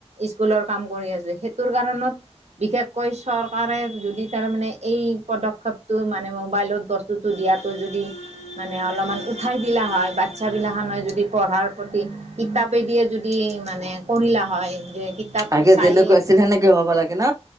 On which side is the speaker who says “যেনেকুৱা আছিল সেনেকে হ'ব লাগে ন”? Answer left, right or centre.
Right